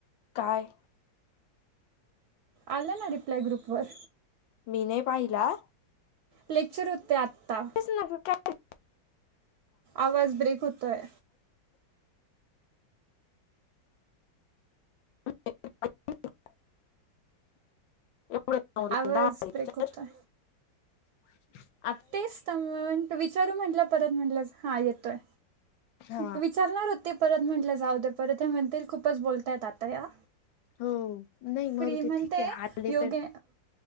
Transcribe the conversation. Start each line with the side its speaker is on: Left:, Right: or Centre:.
Left: काय
Right: आलं ना रिप्लाय ग्रुपवर
Left: मी नाही पाहिला
Right: लेक्चर होते आत्ता
Left: स काय <unintelligible>
Right: आवाज ब्रेक होतोय
Left: एढ <unintelligible> पाल
Right: आवाज ब्रेक होतोय
Left: दचार
Right: तेच तर मण विचारू म्हटलं परत म्हटलं हा येतोय
Left: हा
Right: विचारणार होत ते परत म्हंटलं जाऊ दे्या परत हे म्हणतील खूपच बोलताय आता या
Left: हो नाही
Right: फ्री
Left: मरु
Right: म्हणते
Left: ते ठीक आहे आले
Right: योगे
Left: तर